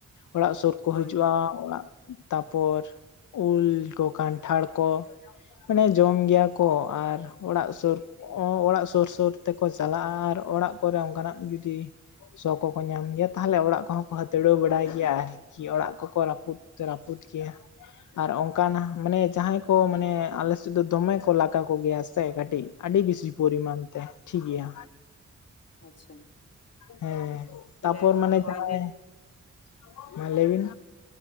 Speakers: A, on the left; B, on the left.
A: ᱚᱲᱟᱜ ᱥᱩᱨ ᱠᱚ
B: ᱦᱳᱭ
A: ᱦᱤᱡᱩᱜᱼᱟ ᱚᱲᱟᱜ ᱛᱟᱨᱯᱚᱨ ᱩᱞ ᱠᱚ ᱠᱟᱱᱴᱷᱟᱲ ᱠᱚ ᱢᱟᱱᱮ ᱡᱚᱢ ᱜᱮᱭᱟ ᱠᱚ ᱟᱨ ᱚᱲᱟᱜ ᱥᱩᱨ ᱚᱲᱟᱜ ᱥᱩᱨ ᱥᱩᱨ ᱛᱮᱠᱚ ᱪᱟᱞᱟᱜᱼᱟ ᱟᱨ ᱚᱲᱟᱜ ᱠᱚᱨᱮ ᱚᱱᱠᱟᱱᱟᱜ ᱡᱩᱫᱤ ᱥᱚ ᱠᱚᱠᱚ ᱧᱟᱢ ᱜᱮᱭᱟ ᱛᱟᱦᱞᱮ ᱚᱲᱟᱜ ᱠᱚᱦᱚᱸ ᱠᱚ ᱦᱟᱹᱛᱲᱟᱹᱣ ᱵᱟᱲᱟᱭ ᱜᱮᱭᱟ ᱟᱨ ᱠᱤ ᱚᱲᱟᱜ ᱠᱚ ᱨᱩᱫ ᱨᱟᱹᱯᱩᱫ ᱜᱮᱭᱟ ᱟᱨ ᱚᱱᱠᱱᱟᱜ ᱢᱟᱱᱮ ᱡᱟᱦᱟᱸᱭ ᱠᱚ ᱠᱚ ᱢᱟᱱᱮ ᱟᱞᱮᱥᱮᱫ ᱫᱚ ᱫᱚᱢᱮ ᱠᱚ ᱞᱟᱜ ᱠᱚᱜᱮᱭᱟ ᱥᱮ ᱠᱟᱹᱴᱤᱡ ᱟᱹᱰᱤ ᱵᱮᱥᱤ ᱯᱚᱨᱤᱢᱟᱱ ᱛᱮ ᱴᱷᱤᱠ ᱜᱮᱭᱟ,
B: ᱟᱪᱪᱷᱟ᱾
A: ᱦᱮᱸ
B: ᱛᱟᱦᱞᱮ
A: ᱛᱟᱯᱚᱨ ᱢᱟᱱᱮ
B: ᱦᱚᱜᱼᱚᱭ
A: ᱡᱟᱦᱟᱸᱢᱟ
B: ᱡᱮ
A: ᱞᱟᱹᱭ ᱵᱤᱱ